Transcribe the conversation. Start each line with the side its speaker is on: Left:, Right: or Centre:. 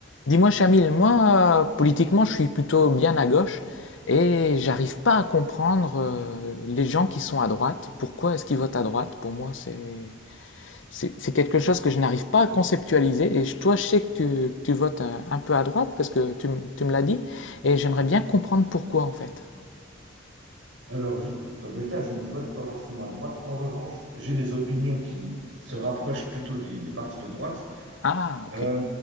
Left: Dis-moi, Chamil, moi, euh, politiquement, je suis plutôt bien à gauche et j'arrive pas à comprendre euh, les gens qui sont à droite. Pourquoi est-ce qu'ils votent à droite? Pour moi, c'est c'est c'est quelque chose que je n'arrive pas à conceptualiser. Et je- toi, je sais que tu, que tu votes euh, un peu à droite parce que tu, me- tu me l'as dit et j'aimerais bien comprendre pourquoi en fait.
Right: Alors, juste pour que ce soit bien clair, je ne vote pas forcément à droite. En revanche, j'ai des opinions qui se rapprochent plutôt des, des partis de droite.
Left: Ah, ok.
Right: Euh,